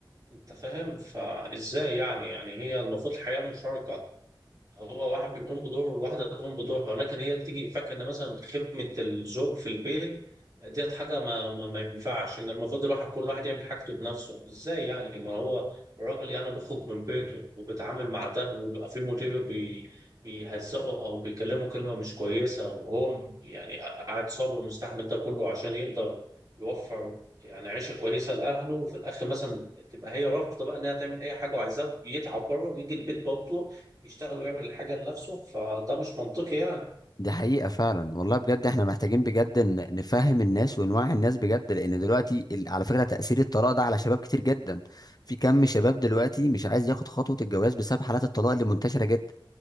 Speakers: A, on the right; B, on the left.
A: أنت فاهم فإزاي يعني يعني هي المفروض الحياة مشاركة هو واحد بيقوم بدوره والواحدة تقوم بدورها ولكن هي تيجي فاكرة إن مثلا خدمة الزوج في البيت ديت حاجة ما, ما, ما ينفعش إن المفروض الواحد كل واحد يعمل حاجته بنفسه إزاي يعني ما هو الراجل يعني بيخرج من بيته وبيتعامل مع ده وبيبقى في مدير بي بيهزقه أو بيكلمه كلمة مش كويسة وهو يعني قاعد صابر ومستحمل ده كله عشان يقدر يوفر يعني عيشة كويسة لأهله وفي الآخر مثلا تبقى هي رافضة بقى إنها تعمل أي حاجة وعايزاه يتعب بره ويجي البيت برضه يشتغل ويعمل الحاجة لنفسه فده مش منطقي يعني
B: دي حقيقة فعلا والله بجد احنا محتاجين بجد ن- نفهم الناس ونوعي الناس بجد لان دلوقتي ال- على فكرة تأثير الطلاق ده على شباب كتير جدا في كم شباب دلوقتي مش عايز ياخد خطوة الجواز بسبب حالات الطلاق اللي منتشرة جدا